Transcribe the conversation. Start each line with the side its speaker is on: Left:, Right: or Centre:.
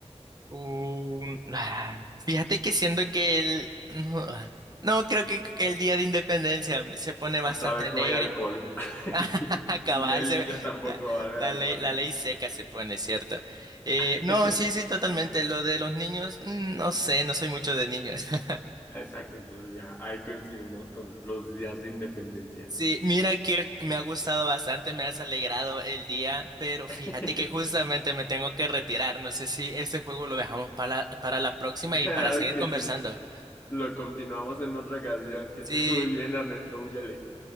Right: Un- ah, fíjate que siento que el... No, ah, no, creo que que el día de independencia se pone bastante
Left: Otra vez
Right: alegre.
Left: no hay alcohol.
Right: <laughs>
Left: <laughs>
Right: Cabal,
Left: El día del
Right: se
Left: niño
Right: ve-
Left: tampoco
Right: la,
Left: va a haber
Right: la
Left: alcohol.
Right: ley, la ley seca se pone, ¿cierto? Eh,
Left: <laughs>
Right: no, sí, sí, totalmente. Lo de los niños, mm, no sé, no soy mucho de niños. <laughs>
Left: Exacto, entonces ya ahí coincidimos con los días de independencia.
Right: Sí, mira que me ha gustado bastante, me has alegrado el día, pero fíjate
Left: <laughs>
Right: que justamente me tengo que retirar. No sé si este juego lo dejamos para, para la próxima
Left: Claro
Right: y para seguir
Left: que
Right: conversando.
Left: sí. Lo continuamos en otra ocasión. Que
Right: Sí,
Left: estés muy bien, Ernesto. Úyale.